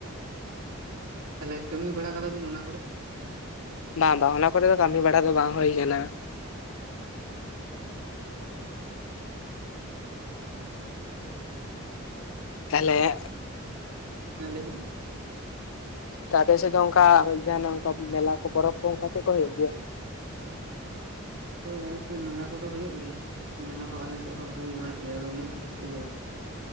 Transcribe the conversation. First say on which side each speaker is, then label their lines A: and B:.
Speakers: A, on the right (about 80°); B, on the left (about 70°).
A: ᱛᱟᱦᱚᱞᱮ ᱠᱟᱹᱢᱤ ᱵᱟᱲᱟ ᱠᱟᱫᱟ ᱵᱤᱱ ᱚᱱᱟ ᱠᱚᱨᱮ
B: ᱵᱟᱝ ᱵᱟᱝ ᱚᱱᱟ ᱠᱚᱨᱮ ᱫᱚ ᱠᱟᱹᱢᱤ ᱵᱟᱲᱟ ᱫᱚ ᱵᱟᱝ ᱦᱩᱭ ᱠᱟᱱᱟ᱾ ᱛᱟᱦᱚᱞᱮ
A: ᱦᱮ ᱞᱟᱹᱭ ᱟᱵᱤᱱ
B: ᱛᱚ ᱟᱯᱮᱥᱮᱫ ᱚᱱᱠᱟ ᱡᱟᱦᱟ ᱚᱱᱠᱟ ᱢᱮᱞᱟ ᱠᱚ ᱯᱚᱨᱚᱵᱽ ᱠᱚ ᱚᱱᱠᱟ ᱪᱮᱫ ᱠᱚ ᱦᱩᱭᱩᱜ ᱜᱮᱭᱟ᱾
A: ᱦᱳᱭ ᱟᱨᱠᱤ ᱢᱮᱞᱟ ᱠᱚᱫᱚ ᱦᱩᱭᱩᱜ ᱜᱮᱭᱟ ᱢᱮᱞᱟ ᱦᱚᱸ ᱟᱞᱮ ᱥᱮᱫ ᱦᱚᱸ ᱦᱩᱭ ᱵᱟᱲᱟᱜ ᱜᱮᱭᱟ ᱟᱫᱚ ᱩᱱᱟᱹᱜ ᱡᱟᱹᱥᱛᱤ ᱫᱚ